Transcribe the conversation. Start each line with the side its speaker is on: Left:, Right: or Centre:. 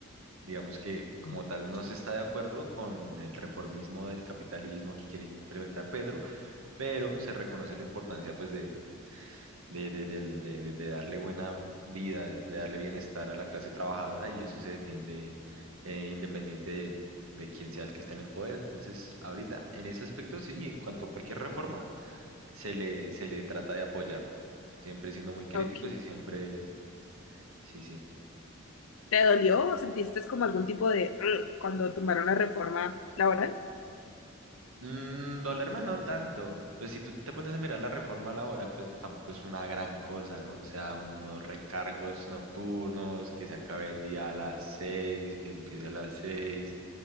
Right: Digamos que
Left: Mm.
Right: como tal no se está de acuerdo con el reformismo del capitalismo que quiere implementar Pedro, pero se reconoce la importancia pues de, de, de, del- de- de- de darle buena vida, de de darle bienestar a la clase trabajadora y eso se defiende eh, independiente de, de quién sea el que esté en el poder. Entonces, ahorita en ese aspecto sí, y en cuanto a cualquier reforma se le, se le trata de apoyar, siempre siendo muy críticos
Left: Ok.
Right: y siempre, sí, sí.
Left: ¿Te dolió
Right: Eh,
Left: o sentiste como algún tipo de "Ugh", cuando tomaron la reforma laboral?
Right: mm, dolerme no tanto, pues si tú te pones a mirar la reforma laboral, pues tampoco es una gran cosa, ¿no? O sea, unos recargos nocturnos, que se acabe el día a las seis, que empiece a las seis,